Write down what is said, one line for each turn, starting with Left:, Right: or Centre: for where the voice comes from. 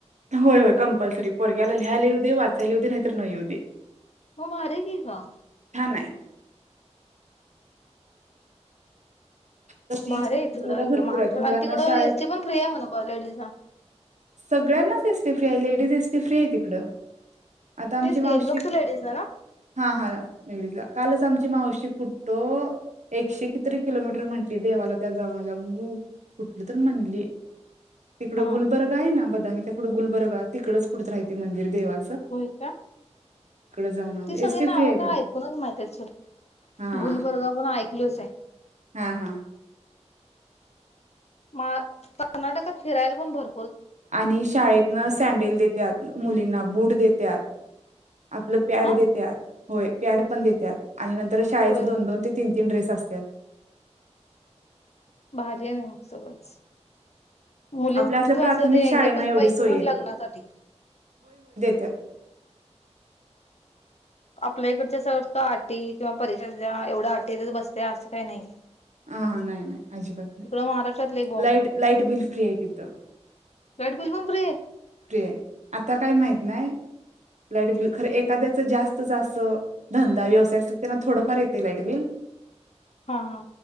Right: होय होय, कंपल्सरी पोरग्याला लियला येऊदे, वाचायला येऊदे, नाहीतर न येऊदे.
Left: मग भारी की ग
Right: आहे तर ती
Left: भारिये
Right: सोयीसुविधा
Left: तिकड एकदम
Right: भरपूर
Left: महाराष्ट्र
Right: आहेत मुलांना
Left: आन तिकड
Right: शाळेत
Left: एस टी पण म्हण फ्री आहे लेडीजला
Right: सगळ्यांनाच एस टी फ्री आहे लेडीज एस टी फ्री आहे तिकडं आता आमची
Left: तेच
Right: मावशी
Left: येईल फक्त लेडीज ना ना
Right: हा हा कालच आमची मावशी कुठं अ एकशे कितीतरी किलोमीटर म्हटली देवाला त्या जाऊन आल्या उं कुठलतर म्हणली तिकड
Left: हा
Right: गुलबर <unintelligible> ती नांबदलचा पुढ गुल्बर गाव तिकडचं कुठतर आहे ते मंदिर देवा
Left: व्हयका
Right: जाऊन आले
Left: ते सगळे
Right: एसटी
Left: नाव
Right: फ्री आहे
Left: काय
Right: त्यांना
Left: ऐकूनच माहितसर
Right: हा
Left: गुलबरगाव पण ऐकलंच ये
Right: हा हा
Left: मा अ कर्नाटकात फिरायला पण भर
Right: आणि शाळेतंन सँडल देत त्यात मुलींना बूट देत्यात आपलं पॅड
Left: हा
Right: देत्यात होय प्याड पण देतात. आणि नंतर शाळेचे
Left: होय होय
Right: दोन, दोन ते तीन, तीन ड्रेस. त्या असत्यात.
Left: भारी हाय बाय मग. सगळंच मुलीं
Right: आपल्या असल्या प्राथमिक शाळेना
Left: हे पण
Right: एवढी
Left: पैसे
Right: सोय
Left: पण लग्नासाठी.
Right: त्यात.
Left: आपल्या इकडच्या अस आटी किंवा, परीक्षाच्या एवढं आटी बसते असं काही नाहीय.
Right: ह हा नाही नाही अजिबा त नाही,
Left: महाराष्ट्रात लय बॉम्ब
Right: लाईट
Left: आहे
Right: लाईट बिल फ्री आहे. तिथ
Left: लाईट बिल पण फ्री आहे
Right: फ्री आहे. आता काय माहत नाही, लाईटबिल खरं एखाद्याच जास्त जास्त धंदा व्यवसाय असत त्यांना थोडंफार येते, लाईटबिल.
Left: हा हा.